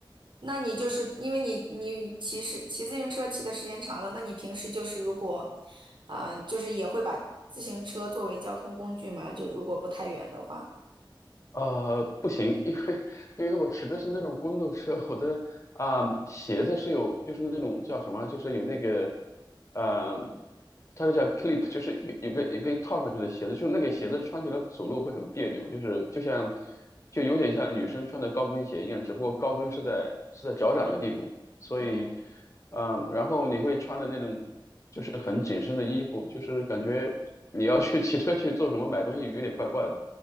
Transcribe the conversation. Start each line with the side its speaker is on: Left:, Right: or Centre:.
Right: 那你就是因为你你骑是骑自行车骑的时间长了，那你平时就是如果，啊、就是也会把自行车作为交通工具嘛？就如果不太远的话。
Left: 呃，不行，因为因为我骑的是那种公路车，我的啊、鞋子是有，就是那种叫什么，就是有那个，呃，它是叫 clip，就是有个有个套上去的鞋子，就是那个鞋子穿起来走路会很别扭，就是就像就有点像女生穿的高跟鞋一样，只不过高跟是在是在脚掌的地方，所以，
Right: 嗯，
Left: 嗯、然后你会穿的那种就是很紧身的衣服，就是感觉你要去 <laughs> 骑车去做什么买东西有点怪怪的，